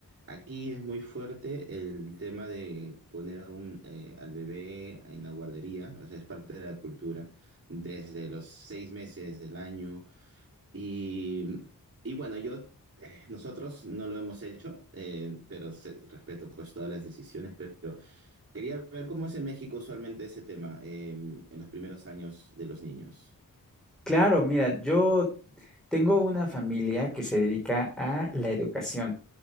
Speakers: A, on the right (about 40°); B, in the centre.
A: Aquí es muy fuerte el tema de poner a un, eh, al bebé en la guardería, o sea, es parte de la cultura desde los seis meses del año y, y bueno, yo, eh, nosotros no lo hemos hecho, eh, pero se- respeto pues todas las decisiones, pero quería ver cómo es en México usualmente ese tema, eh, en los primeros años de los niños.
B: Claro, mira, yo tengo una familia que se dedica a la educación